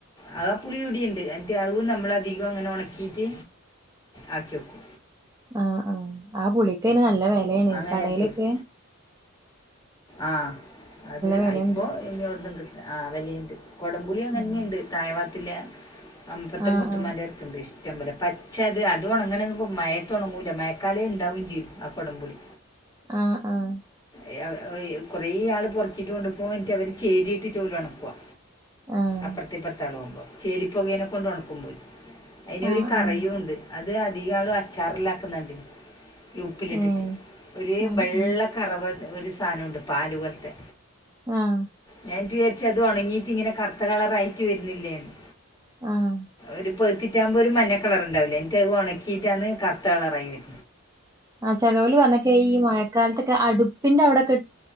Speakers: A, on the left (about 15°); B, on the right (about 15°).
A: ആ ആ പുളി ഇവ്ടീണ്ട്. എന്ന്ട്ട അതും നമ്മളധികം ങ്ങനെ ഒണക്കീട്ട് ആക്കിയേക്കും
B: ആഹ് ആഹ്. ആ പുളിക്കയ്ന് നല്ല വെലേണ്
A: അങ്ങനെ
B: കടേലൊക്കെ
A: ആക്കി വെക്കും ആഹ്. അത്
B: വെലണ്ട്
A: അയ്പ്പോ ഇനി ഒവിട്ന്നും കി ആഹ് വെലിണ്ട്. കൊടംപുളി അങ്ങനെന്നിണ്ട്
B: ഉം
A: തായവാത്തില്ല അമ്പ ർത്തെ
B: ആഹ്
A: മൂത്തുമ്മാന്റെ
B: ആഹ്
A: ക്കെണ്ട്. ഇഷ്ടം പോലെ. പച്ച അത് അതൊണങ്ങ്ണ് ഇപ്പം മയത്തൊണങ്ങൂല്ല. മയക്കാലേ ഉണ്ടാവും ചെയ്യും ആ കൊടംപുളി.
B: ആഹ് ആഹ്
A: എയ് അവേ കുറേ ആള് പൊറക്കീട്ട് കൊണ്ട്പോവും. എന്ന്ട്ടവര് ചേയ്രിയിട്ട് ഓലു ഒണക്കുവാ.
B: ആഹ്
A: അപ്പെർത്തിപ്പൊർത്ത് ആള് പോകുമ്പം. ചെയ്രിപ്പുകയേനെ കൊണ്ട് ഒണക്കുമ്പോലും അയ്നൊരു
B: ആഹ് ആഹ്
A: കറയൂണ്ട്
B: ആഹ്
A: അത് അധിക ആളും അച്ചാറെല്ലാ ആക്കുന്നണ്ടീനി. യി ഉപ്പിലിട്ടിട്ട്
B: ഏഹ്
A: ഒരു
B: ആഹ്
A: ബെള്ള
B: ആഹ്
A: കറവ ഒരു സാനുണ്ട് പാല് പോൽത്തെ
B: ആഹ്
A: ഞാറ്റു വിചാരിച്ചു അതൊണങ്ങീറ്റ്ങ്ങനെ കറ്ത്ത കളറായിട്ട് വരുന്നില്ലേന്ന്
B: ആഹ്
A: ഒരു പഴ്ത്തിറ്റാകുമ്പോ ഒരു മഞ്ഞ കളറ്ണ്ടാവില്ലേ എന്നിട്ടതൊണക്കീട്ടാണ് കറ്ത്ത കളറായി വര
B: ആ ചെലോല പറഞ്ഞേക്ക ഈ മഴക്കാലത്തൊക്കെ അടുപ്പിന്റെ അവിടെക്കെ